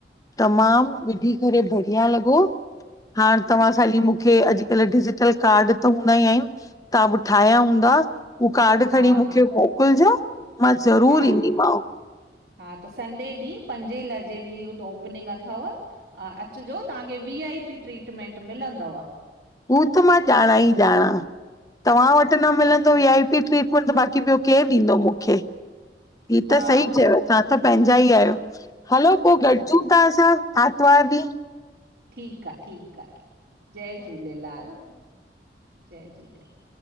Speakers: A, on the left (about 20°); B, on the right (about 70°).
A: तमामु ॿुधी करे बढ़िया लॻो हाण तव्हां ख़ाली मूंखे अॼुकल्ह डिजटल कार्ड त हूंदा ई आहिन तव्हां बि ठाहिया हूंदा। <unintelligible> उ कार्ड
B: हा
A: खणी मूंखे
B: हा
A: मोकिलिजो मां ज़रूरु
B: हा
A: ईंदीमांव।
B: हा हा त संडे ॾींहुं पंजे लॻे जी त ओपनिंग अथव। ह अचिजो तव्हांखे वी आई पी ट्रीटमेंट मिलंदव।
A: हू त मां ॼाणा ई ॼाणा। तव्हां वटि न मिलंदो वी आई पी ट्रीटमेंट त बाक़ी ॿियो केरु ॾींदो मूंखे। हीअ
B: हा
A: त सही
B: हा
A: चयो तव्हां त पंहिंजा ई आहियो हलो पोइ
B: हा
A: गॾिजूं
B: हा
A: था असां आतवार ॾीहुं
B: ठीकु आहे ठीकु आहे जय झूलेलाल जय झूलेलाल।